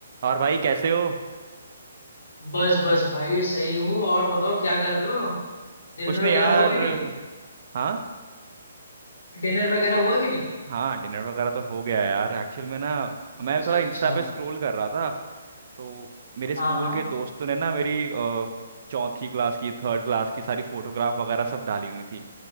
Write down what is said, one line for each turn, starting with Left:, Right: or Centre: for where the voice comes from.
Right: और भाई कैसे हो
Left: बस बस भाई सही हूँ और बताओ क्या कर रहे हो डिनर
Right: कुछ नहीं
Left: वगैरह
Right: यार
Left: हुआ कि नहीं
Right: हाँ
Left: डिनर वगैरह हुआ कि नहीं
Right: हाँ डिनर वगैरह तो हो गया यार एक्चुअल में ना
Left: अच्छा
Right: मैं थोड़ा
Left: अच्छा
Right: इंस्टा पे स्क्रॉल कर रहा था तो मेरे स्कूल
Left: हाँ हाँ
Right: के दोस्तों ने ना मेरी अ, चौथी क्लास की थर्ड क्लास की सारी फोटोग्राफ वगैरह सब डाली हुई थी